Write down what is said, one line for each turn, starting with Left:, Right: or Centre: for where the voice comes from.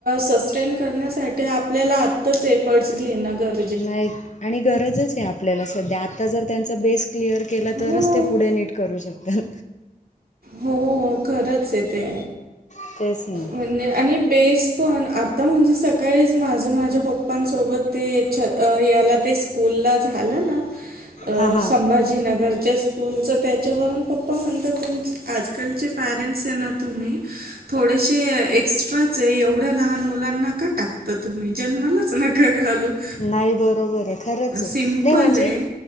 Right: सस्टेन करण्यासाठी आपल्याला आत्ताच एफर्ट्स घेणं गर
Left: नाही आणि गरजच आहे आपल्याला सध्या आता जर त्यांचा बेस क्लिअर केला
Right: हो.
Left: तरच ते पुढे नीट करू शकतात.
Right: हो, खरंच आहे ते.
Left: <unintelligible>
Right: म्हणजे आणि बेस पण आता म्हणजे, सकाळीच माझं माझ माझ्या पप्पा पा सोबत ते छ -याला ते स्कूल ला झालं ना
Left: हां हां
Right: संभाजी जी नगरच्या स्कूलचं त्याच्यावरून पप्पा म्हणतात, तुमचं आजकालचे पॅरेंट्स आहे ना, तुम्ही थोडेसे एक्स्ट्राचे एवढ्या लहान मुलांना का टाकता तुम्ही जन्मालाच न <unintelligible>
Left: नाही बरोबर आहे, खरंचये
Right: सिम्पल
Left: नाही म्हणजे
Right: आहे